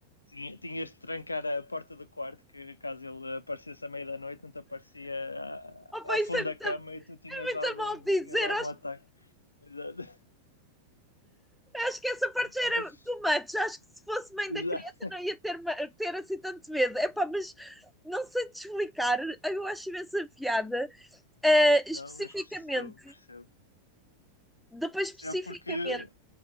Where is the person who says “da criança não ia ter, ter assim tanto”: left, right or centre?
Centre